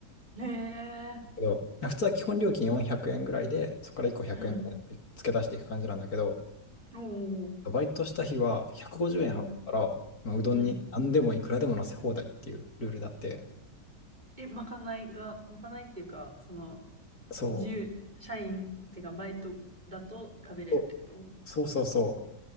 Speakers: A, on the right (about 25°); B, on the left (about 60°).
A: ん。へえ。
B: けど、普通は基本料金400円ぐらいで、そこから1個100円ぐらい付け足していく感じなんだけど、
A: うん。おお。
B: バイトした日は150円払ったら、
A: うん。
B: まあうどんに何でもいくらでも乗せ放題っていうルールだって、
A: うん。え、まかないが、まかないっていうか、その、
B: そ
A: 自由、社員っていうか、バイトだと食べれるってこと
B: う、おそうそうそ